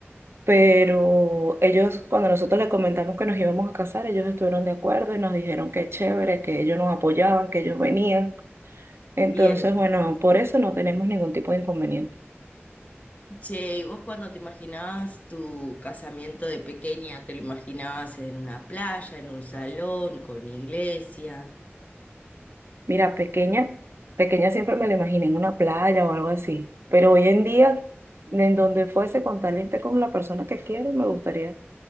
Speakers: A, on the right (about 65°); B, on the left (about 35°).
A: Pero ellos, cuando nosotros les comentamos que nos íbamos a casar, ellos estuvieron de acuerdo y nos dijeron que chévere, que ellos nos apoyaban, que ellos venían. Entonces,
B: Bien.
A: bueno, por eso no tenemos ningún tipo de inconveniente.
B: Che, ¿y vos cuando te imaginabas tu casamiento de pequeña, te lo imaginabas en una playa, en un salón, con iglesia?
A: Mira, pequeña, pequeña siempre me la imaginé en una playa o algo así. Pero hoy en día, en donde fuese con tal y esté con la persona que quiere, me gustaría,